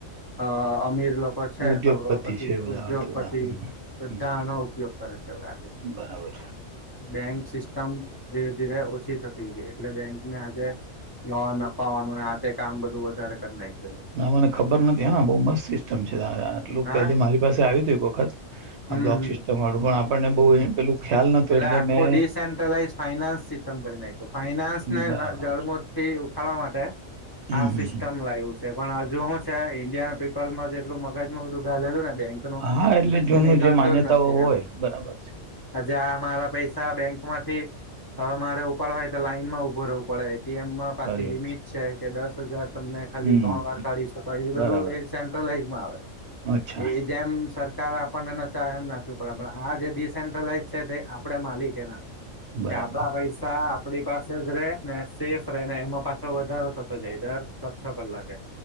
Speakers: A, on the left; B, on the right.
A: અ અમીર લોકો છે
B: ઉદ્યોગપતિ
A: કરોડો પતિ
B: છે બધા
A: ઉદ્યોગપતિ
B: આ તો બધા હમ,
A: બધાનો
B: હમ.
A: ઉપયોગ કરે છે આજ
B: બરાબર
A: બેંક સિસ્ટમ ધીરે ધીરે ઓછી થતી ગઈ એટલે બેંક ને આજે લોન અપાવાનું આ તે કામ બધું વધારે કર નાય
B: ના મને ખબર નથી હા બઉ મસ્ત સિસ્ટમ છે આટલું
A: હા
B: પે મારી પાસે આવ્યું હતું એક વખત
A: હમ
B: આ બ્લોક
A: હમ
B: સિસ્ટમ વાળું પણ આપણને બહુ પેલું ખ્યાલ નતો
A: એટલે આખું
B: મેં
A: ડિસેન્ટ્રલાઈઝ ફાઈનાન્સ સિસ્ટમ કરી નાખ્યો ફાઈનાન્સ ને
B: બરાબર
A: જળમથી ખાડવા માટે
B: હમ
A: આ સિસ્ટમ લાવું છે પણ હજુ શું છે ઈન્ડિયન પીપલમાં જેટલું મગજ બધું ઘાલેલું ને બેંક નો
B: હા એટલે
A: તો
B: જૂનું
A: દખાલતો
B: જે માન્યતાઓ
A: જ નથી
B: હોય
A: એમ
B: બરાબર છે
A: આજે આ મારા પૈસા બેંક માંથી મારે ઉપાડવા હોય તો લાઈન માં ઉભું રહેવું પડે મમાં પાછી
B: સારી
A: લિમિટ
B: વાત
A: છે કે દસ હજાર તમને ખાલી
B: હમ
A: ત્રણ વાર કાઢી શકો એ
B: બરાબર
A: બધું એ સેન્ટ્રલાઈઝ માં આવે
B: અચ્છા
A: એ જેમ સરકાર આપણને નાચા એમ નાચું પડે પણ આ જે ડિસેન્ટ્રલાઈઝ છે તે આપણેે માલિક એના
B: બરાબર
A: કે આપણા પૈસા આપડી પાસે જ રે ને સેફ રે ને એમાં પાછો વધારો થતો જાય દર છ છ કલાકે